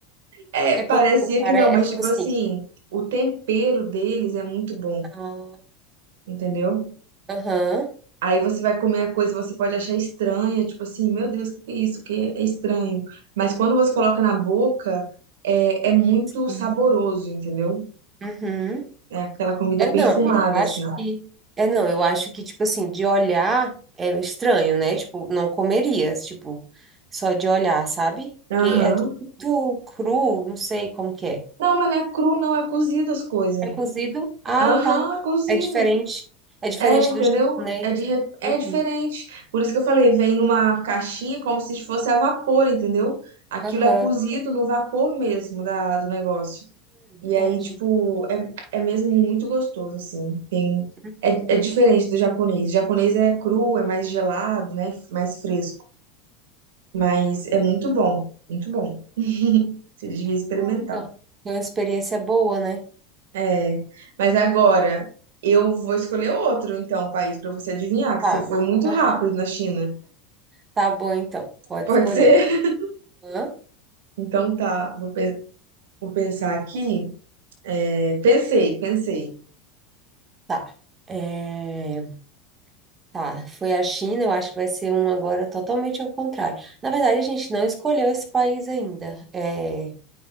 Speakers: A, on the right (about 80°); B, on the right (about 25°).
A: é,
B: É porque,
A: parecia
B: cara,
A: que não,
B: é
A: mas
B: tipo
A: tipo
B: assim...
A: assim, o tempero deles é muito bom,
B: ah,
A: entendeu?
B: Aham,
A: Aí você vai comer a coisa, você pode achar estranha, tipo assim, meu Deus, o que que é isso? Que é estranho. Mas quando você coloca na boca, é, é muito
B: sim,
A: saboroso, entendeu?
B: uhum.
A: É aquela comida
B: É,
A: perfumada,
B: não, eu acho
A: assim.
B: que. É, não, eu acho que, tipo assim, de olhar é estranho, né? Tipo, não comeria, tipo, só de olhar, sabe?
A: Aham.
B: Porque é tudo cru, não sei como que é.
A: Não, mas não é cru, não, é cozido as coisas.
B: É cozido? Ah,
A: Aham,
B: tá.
A: cozido.
B: É diferente. É diferente
A: É, entendeu?
B: do japonês.
A: É, de, re- é
B: Uhum.
A: diferente. Por isso que eu falei, vem numa caixinha como se fosse a vapor, entendeu? Aquilo
B: Aham.
A: é cozido no vapor mesmo da, do negócio.
B: Hum, Entendi.
A: E aí, tipo, é, é mesmo muito gostoso, assim. Tem,
B: Hum,
A: é, é diferente do japonês. O japonês é cru, é mais gelado, né? Mais fresco. Mas é muito bom, muito bom. Você devia
B: Legal,
A: experimentar.
B: então. Foi uma experiência boa, né?
A: É, mas agora eu vou escolher outro, então, país para você adivinhar, que
B: Tá.
A: você foi muito
B: Aham.
A: rápido na China.
B: Tá bom, então. Pode
A: Pode
B: escolher.
A: ser?
B: Aham.
A: Então tá, vou, pen- vou pensar aqui. É, pensei, pensei.
B: Tá. É... Tá, foi a China, eu acho que vai ser um agora totalmente ao contrário. Na verdade, a gente não escolheu esse país ainda. É,